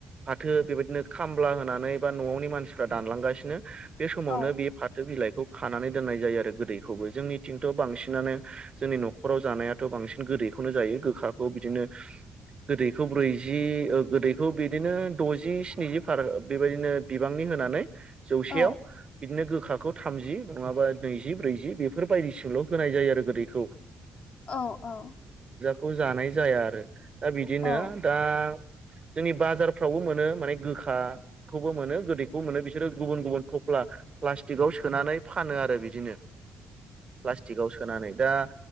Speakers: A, on the right; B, on the left.
A: फाथो बेबायदिनो खामला होनानै बा न'आवनि मानसिफ्रा दानलांगासिनो बे समावनो
B: औ
A: बे फाथो बिलाइखौ खानानै दोननाय जायो आरो गोदै जोंनिथिंथ' बांसिनानो जोंनि न'खराव जानायाथ' बांसिन गोदैखौनो जायो गोखाखौ बिदिनो <unintelligible> गोदैखौ ब्रैजि गोदैखौ बिदिनो द'जि स्निजि फार बेबायदिनो बिबांनि होनानै जौसेयाव
B: औ
A: बिदिनो गोखाखौ थामजि नङाबा नैजि ब्रैजि बेफोरबायायदिसोल' होनाय जायो आरो गोदैखौ
B: औ औ
A: खौ जानाय जाया आरो दा बिदिनो
B: औ
A: दा जोंनि बाजारफ्रावबो मोनो माने गोखाखौबो मोनो गोदैखौबो मोनो बिसोरो गुबुन गुबुन थफ्ला प्लास्टिकआव सोनानै फानो आरो बिदिनो प्लास्टिकआव सोनानै दा